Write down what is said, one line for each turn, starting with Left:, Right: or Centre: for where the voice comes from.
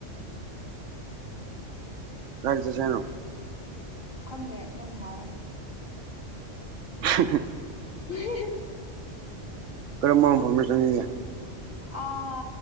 Right: ꯀꯔꯤ ꯆꯁꯅꯣ
Left: ꯈꯪꯗꯦ ꯅꯪꯅ ꯍꯥꯏꯌꯣ
Right: <unintelligible>
Left: ꯎ <inaudible>
Right: ꯀꯔꯝꯕ ꯏꯟꯐꯣꯔꯃꯦꯁꯟꯒꯦ
Left: ꯑꯥ